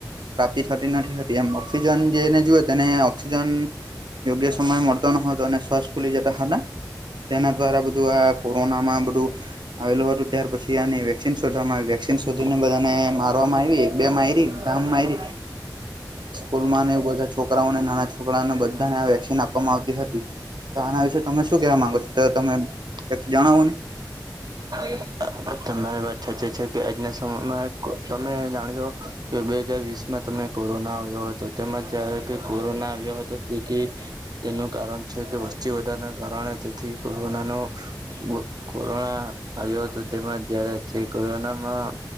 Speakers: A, on the right (about 75°); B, on the right (about 60°).
A: પ્રાપ્તિ થતી નથી હતી એમ ઓક્સિજન જેને જુવેએ તેને ઓક્સિજન યોગ્ય સમય મળતો ન હોય તો અનેને શ્વાસ પુલી જતા હટા તેના દ્વારા બધું આ કોરોનામાં બધું, આવેલું હતું ત્યાર પછી આ વેક્સિન શોધવા આવી. બધાને મારવામાં આવી બે મારી <unintelligible> સ્કૂલમાં અને એ બધા છોકરાઓને નાના છોકરાઓને બધાને આ વેક્સિન આપવામાં આવતી હતી. તો આના વિશે તમે શું કેવા માંગો છો તો તમે કક જણાવો ને?
B: <inaudible> તમારી વાત સાચી છે કે આજના સમયમાં તમે જાણજો, કે બે હજાર વીસમાં તમને કોરોના આવ્યો હતો તેમજ જયારે કોરોના આવ્યો હતો. જે, તેનું કારણ છે કે વસ્તી વધારના કારણે તેથી કોરોનાનો. કોરોના આયો તો તેમાં જયારે જે કોરોનામાં